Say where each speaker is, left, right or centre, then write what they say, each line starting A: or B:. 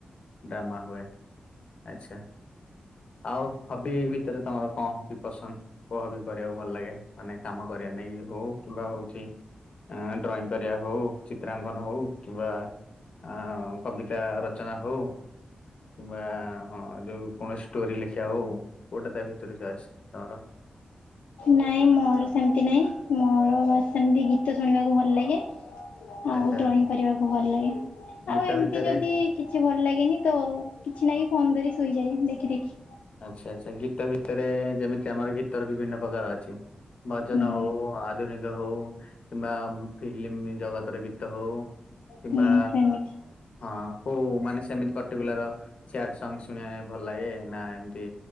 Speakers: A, on the left; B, on the left.
A: ଡ୍ରାମା ହୁଏ ଆଚ୍ଛା। ଆଉ ହବି ଭିତରେ ତମର କଣ ହବି ପସନ୍ଦ? କୋଉ ହବି କରିବାକୁ ଭଲ ଲାଗେ। ମାନେ କାମ କରିବା ନେଇକି ହଉ କିମ୍ବା ହଉଛି ଆ ଡ୍ରଇଂ କରିବା ହଉ, ଚିତ୍ରାଙ୍କନ ହଉ କିମ୍ବା ଆ କବିତା ରଚନା ହଉ କିମ୍ବା ଯୋଉ କୌଣସି ଷ୍ଟୋରି ଲେଖିବା ହଉ କୋଉଟା ତା ଭିତରୁ ଚଏସ ତମର?
B: ନାଇଁ ମୋର ସେମତି ନାହିଁ ମୋର ବାସ୍ ସେମତି ଗୀତ ଶୁଣିବାକୁ ଭଲ ଲାଗେ। ଆଉ
A: ଆଚ୍ଛା
B: ଡ୍ରଇଂ କରିବାକୁ ଭଲ ଲାଗେ।
A: ଗୀତ
B: ଆଉ ଏମତି
A: ଭିତରେ
B: ଯଦି କିଛି ଭଲ ଲାଗେନି ତ କିଛି ନାହିଁ ଫୋନ ଧରି ଶୋଇଯାଏ ଦେଖି ଦେଖି।
A: ଆଚ୍ଛା ଆଚ୍ଛା। ଗୀତ ଭିତରେ ଯେମିତି ଆମର ଗୀତରେ ବିଭିନ୍ନ ପ୍ରକାର ଅଛି। ଭଜନ
B: ହୁଁ
A: ହଉ ଆଧୁନିକ ହଉ କିମ୍ବା ଫିଲ୍ମ ଜଗତର ଗୀତ ହଉ କିମ୍ବା
B: ହୁଁ ସେମିତି
A: ହଁ। ହଉ ମାନେ ସେମିତି ପର୍ଟିକୁଲାର ସ୍ୟାଡ ସଙ୍ଗ ଶୁଣିବା ନାଗି ଭଲ ଲାଗେ ନା ଏମତି